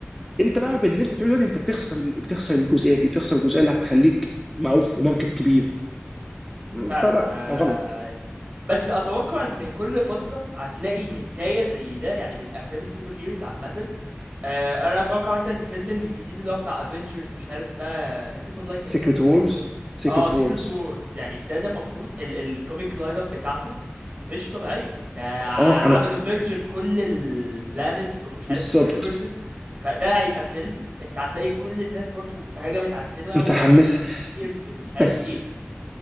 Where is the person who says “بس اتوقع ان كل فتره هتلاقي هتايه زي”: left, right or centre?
Right